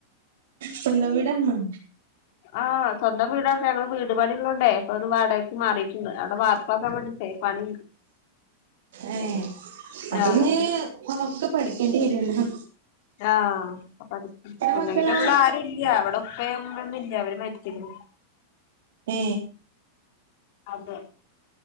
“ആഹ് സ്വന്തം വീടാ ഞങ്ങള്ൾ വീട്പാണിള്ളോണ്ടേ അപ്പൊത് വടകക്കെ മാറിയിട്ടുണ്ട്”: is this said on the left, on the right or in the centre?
Left